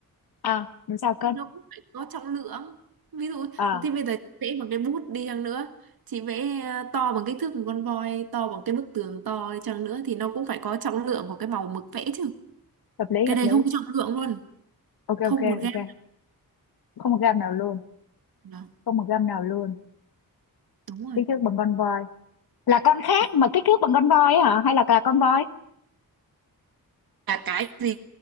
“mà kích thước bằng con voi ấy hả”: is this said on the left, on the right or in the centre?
Left